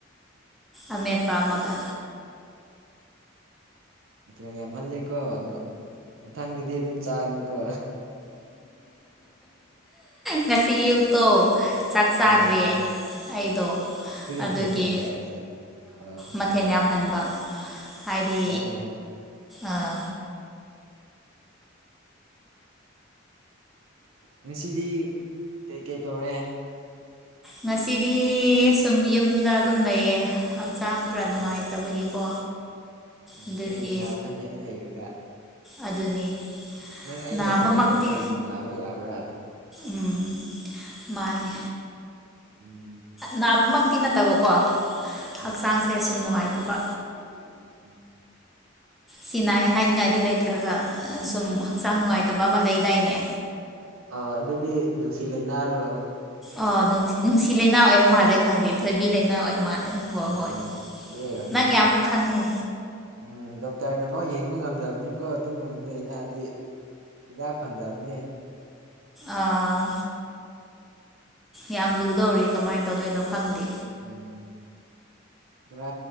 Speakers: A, in the centre; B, on the right.
A: ꯑꯃꯦꯠꯄ ꯑꯃꯒ
B: ꯃꯊꯦꯜ ꯌꯥꯝꯃꯂꯦ ꯀꯣ ꯑꯗꯨ ꯃꯊꯥꯡꯗꯗꯤ ꯑꯗꯨꯝ ꯆꯥꯅꯨꯀꯣ
A: ꯉꯁꯤ ꯑꯌꯨꯛꯇꯣ ꯆꯥꯛ ꯆꯥꯗ꯭ꯔꯦ
B: ꯑꯥ
A: ꯑꯩꯗꯣ ꯑꯗꯨꯒꯤ
B: ꯃꯊꯦꯜ ꯌꯥꯝꯕ ꯍꯧꯖꯤꯛ ꯑꯥ
A: ꯃꯊꯦꯜ ꯌꯥꯝꯍꯟꯕ ꯍꯥꯏꯗꯤ
B: ꯌꯥꯏ ꯌꯥꯏ
A: ꯑꯥ
B: ꯉꯁꯤꯗꯤ ꯀꯩ ꯀꯩ ꯇꯧꯔꯦ
A: ꯉꯁꯤꯗꯤ ꯁꯨꯝ ꯌꯨꯝꯗ ꯑꯗꯨꯝ ꯂꯩꯌꯦ ꯍꯛꯆꯥꯡ ꯈꯔ ꯅꯨꯡꯉꯥꯏꯇꯕꯒꯤꯀꯣ
B: ꯎꯝ ꯎꯝ
A: ꯑꯗꯨꯒꯤ
B: ꯀꯩꯒꯤ ꯅꯥꯕ꯭ꯔꯅꯦ ꯑꯩ ꯂꯩꯔꯒ
A: ꯑꯗꯨꯅꯤ
B: ꯅꯪ ꯑꯩ
A: ꯅꯥꯕꯃꯛꯇꯤ
B: ꯂꯩꯔꯤꯉꯩꯗ ꯀꯩꯒꯤ ꯅꯥꯕ ꯌꯥꯕ꯭ꯔꯥ
A: ꯎꯝ ꯃꯥꯅꯤ
B: ꯎꯝ
A: ꯅꯥꯕꯃꯛ ꯛꯇꯤ ꯅꯠꯇꯕꯀꯣ
B: ꯑꯣ
A: ꯍꯛꯆꯥꯡꯁꯦ ꯁꯨꯝ ꯅꯨꯡꯉꯥꯏꯇꯕ
B: ꯎꯝ
A: ꯁꯤꯅ ꯍꯥꯏꯅꯤꯡꯉꯥꯏꯗꯤ ꯂꯩꯇ꯭ꯔꯒ ꯁꯨꯝ ꯍꯛꯆꯥꯡ ꯅꯨꯡꯉꯥꯏꯇꯕ ꯑꯃ ꯂꯩꯗꯥꯏꯅꯦ
B: <unintelligible>
A: ꯑꯣ ꯅꯨꯡꯁꯤ ꯂꯩꯅꯥ ꯑꯣꯏ ꯃꯥꯜꯂꯦ ꯈꯪꯗꯦ ꯊꯣꯏꯕꯤ ꯂꯩꯥꯏꯅꯥ ꯑꯣꯏ ꯃꯥꯜꯂꯦ ꯍꯣꯏ
B: ꯑꯣ
A: ꯍꯣꯏ
B: ꯑꯗꯨ ꯑꯣꯏꯔꯝꯅꯤ
A: ꯅꯪ ꯌꯥꯝ ꯈꯪꯉꯦ
B: ꯎꯝ ꯗꯣꯛꯇꯔꯅꯐꯥꯎ ꯌꯦꯡꯕ ꯉꯝꯗꯕꯅꯤꯕ ꯑꯗꯨꯒꯨꯝꯕꯗꯤ ꯂꯥꯏꯅꯥꯗꯤ ꯍꯤꯗꯥꯛ ꯐꯪꯗꯕꯅꯤ
A: ꯑꯥ ꯌꯥꯝ ꯂꯨꯗꯧꯔꯤ ꯀꯃꯥꯏꯅ ꯇꯧꯗꯣꯏꯅꯣ ꯈꯪꯗꯦ
B: ꯎꯝ ꯕꯣꯔꯥ